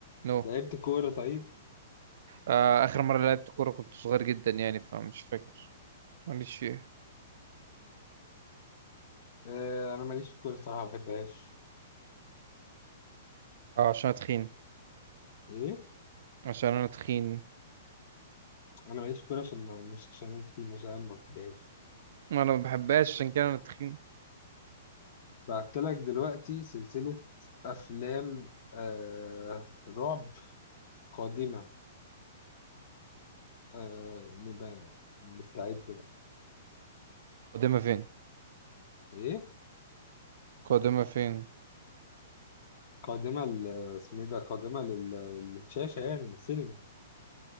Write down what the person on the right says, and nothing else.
نو no.
آه اخر مره لعبت كوره كنت صغير جدا يعني فمش فاكر ماليش فيها
اه عشان أنا تخين
عشان انا تخين
انا ما بحبهاش عشان كده انا تخين
قدامها فين
قدامها فين